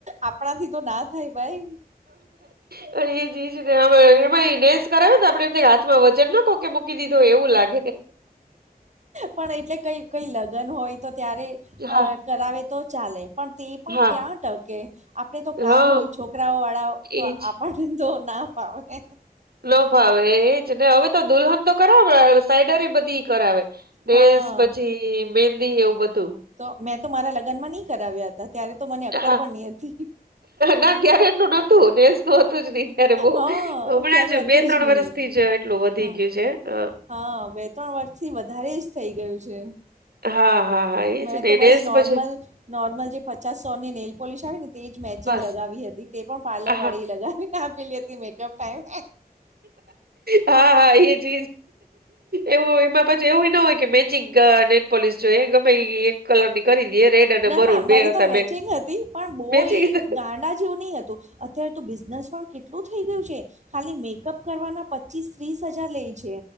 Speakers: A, on the right; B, on the right.
A: આપણાથી તો ના થાય ભાઈ.
B: અ જી એમાં નેસ કરાવ ને આપણે એમ હાથમાં વજન ના કો કે મૂકી દીધું એવું લાગે
A: પણ એટલે કઈ કઈ લગ્ન હોય તો ત્યારે
B: હા
A: અ કરાવે તો ચાલે પણ તે પણ
B: હા
A: ક્યાં ટકે આપણે તો
B: હા
A: કામ હોય છોકરાઓ વાળાઓ તો
B: એજ
A: આપ તોો ના ફાવે.
B: ન ફાવે એજ ને હવે તો દુલ્હન તો કરાવે સાઈડર બધી કરાવે.
A: હા
B: સ પછી મેંદી એવું બધું
A: તો મેં તો મારા લગ્ન માં નહી કરાવ્યા હતા ત્યારે તો મને અક્કલ
B: હા
A: પણ નહી હતી.
B: ના જય્યારે એટલું નતું નેસું હતું જ નહ ત્યારે બ
A: હા
B: હમણાં
A: ત્યારે
B: જ
A: હતું
B: બે ત્રણ
A: નહી
B: વરષ થી જ કેટલું વધી
A: હા
B: ગયું છે હ
A: હા બે ત્રણ વર્ષથી વધારે જ થઇ ગયું છે.
B: હા હા. હા એજ
A: મેં
B: ને
A: તો બસ
B: નેસ
A: નોર્મલ.
B: પછી
A: નોર્મલ જે પચાસ સો ની નેલ પોલિશ આવે ને તે જ મેચિંગ
B: બસ
A: લગાવી હતી તે પણ પાર્લર
B: હા
A: વાળી લગાવી. પી લી હતી મેકઅપ ટાઈમ
B: હા હા એજજ એવું એમાં પછી એવું ના હોય કે મેચિંગ ગ પોલીસ જો એ ગમે એક કલર ની કરી દે રેડ અને
A: ના
B: મરુન
A: ના મારી
B: બે હતા
A: તો મેચિંગ
B: બે
A: હતી પણ બહુ
B: બેચી
A: એ
B: ગ <inaudible>
A: ગાંડા જેવું નહી હતોું અત્યારે તો બિઝનેસ પણ એટલું થઈ ગયું છે ખાલી મેકઅપ કરવાના પચીસ ત્રીસ હજાર લે છે.